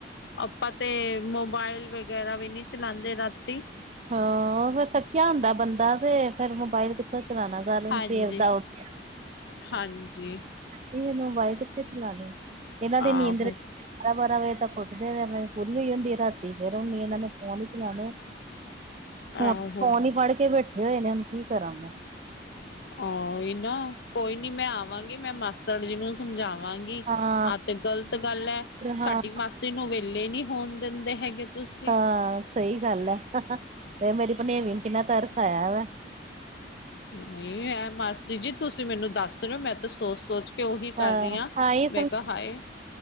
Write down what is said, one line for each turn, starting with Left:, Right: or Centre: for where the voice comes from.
Left: ਆਪਾਂ ਤੇ ਮੋਬਾਇਲ ਵਗੈਰਾ ਵੀ ਨ੍ਹੀਂ ਚਲਾਦੇ ਰਾਤੀਂ।
Right: ਹਾਂ ਫੇਰ ਥੱਕਿਆ ਹੁੰਦਾ ਬੰਦਾ ਤੇ ਫੇਰ ਮੋਬਾਇਲ ਕਿੱਥੋਂ ਚਲਾਉਣਾ ਸਾਰਿਆਂ
Left: ਹਾਂਜੀ।
Right: ਨੂੰ ਸਵੇਰ ਦਾ ਉੱਠ <unintelligible>
Left: ਹਾਂਜੀ।
Right: ਨਹੀਂ ਮੈਨੂੰ ਮੋਬਾਈਲ ਕਿੱਥੇ ਚਲਾਣੀ, ਇਹਨਾਂ
Left: ਆਹੋ,
Right: ਦੀ ਨੀਂਦਰ ਬਾਰਾਂ-ਬਾਰਾਂ ਵਜੇ ਤਾਂ ਉੱਠਦੇ ਆ ਪੂਰੀ ਹੋਈ ਹੁੰਦੀ ਆ ਰਾਤੀ ਫੇਰਨੀ ਇਹਨਾਂ ਨੇ ਫੋਨ ਹੀ ਚਲਾਉਣੇ। ਫ
Left: ਆਹੋ।
Right: ਫੋਨ ਹੀ ਫੜ ਕੇ ਬੈਠੇ ਹੋਏ ਨੇ ਹੁਣ ਕੀ ਕਰਾਂ ਮੈਂ।
Left: ਉਹੀ ਨਾ, ਕੋਈ ਨੀ ਮੈਂ ਆਵਾਂਗੀ ਮੈਂ ਮਸ ਮਾਸੜ ਜੀ ਨੂੰ ਸਮਝਾਵਾਂਗੀ
Right: ਹਾਂ
Left: ਆਹ ਤੇ ਗ਼ਲਤ ਗੱਲ ਐ ਸਾਡੀ
Right: ਹਾਂ
Left: ਮਾਸੀ ਮਾਸੀ ਨੂੰ ਵਿਹਲੇ ਨੀ ਹੋਣ ਦਿੰਦੇ ਹੈਗੇ। ਤੁਸੀਂ।
Right: ਹਾਂ ਸਹੀ ਗੱਲ ਐ, ਇਹ ਮੇਰੀ ਭਨੇਵੀ ਨੂੰ ਕਿੰਨਾ ਤਰਸ ਆਇਆ ਵਾ।
Left: ਨਹੀਂ ਹੈਂ ਮਾਸੀ ਜੀ ਤੁਸੀਂ ਮੈਨੂੰ ਦੱਸ ਰਹੇ ਹੋ ਮੈਂ ਤਾਂ ਸੋਚ- ਸੋਚ ਕਿ ਉਹੀ ਕਰ
Right: ਹਾਂ,
Left: ਰਹੀ ਆ,
Right: ਹਾਂ ਇਹ
Left: ਮੈਂ ਕਿਹਾ ਹਾਏ,